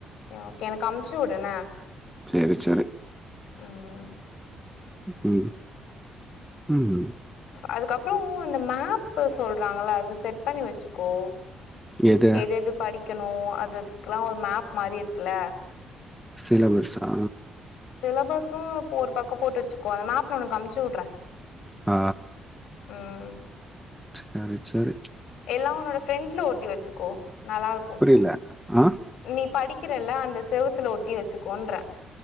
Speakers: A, on the left; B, in the centre.
A: ஓகே எனக்கு அம்ச்சி உடுண்ண
B: செரி செரி
A: ம்
B: ம் ம்
A: அதுக்கப்றோ இந்த மேப்பு சொல்றாங்கள்ள அது செட் பண்ணி வெச்சிக்கோ
B: எது
A: எதெது படிக்கணு அத்ததுக்ல்லா ஒரு மேப் மாரி இருக்குல
B: சிலபர்ஸ்ஸா
A: சிலபஸ்ஸு இப்போ ஒரு பக்கோ போட்டு வச்சுக்கோ அந்த மேப் நா ஒனக்கு அம்ச்சுட்றே
B: ஆ
A: ம்
B: சேரி சேரி
A: எல்லா ஒன்னோட ஃப்ரெண்ட்ல ஒட்டி வச்சுக்கோ நல்லா இருக்கு
B: புரில ஆ
A: நீ படிக்கிறல்ல அந்த செவுத்துல ஒட்டி வச்சுக்கோன்ற